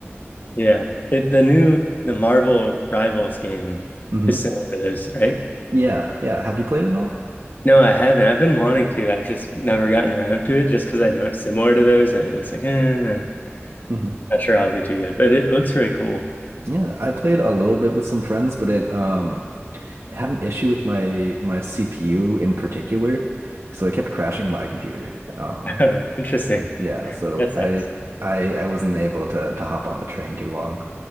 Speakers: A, on the left; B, on the right.
A: Yeah. It, the new the Marvel Rivals game
B: hmm
A: is similar to those, right?
B: Yeah, yeah. Have you played it all?
A: No, I haven't. I've been wanting to. I've just never gotten around to it just because I know it's similar to those. I- It's like, eh,
B: hmm
A: not sure I'll be too good, but it looks really cool.
B: Yeah, I played a little bit with some friends, but it um had an issue with my my CPU in particular, so it kept crashing my computer. Um,
A: <laughs> Interesting.
B: yeah, so
A: That sucks.
B: I I I wasn't able to to hop on the train too long.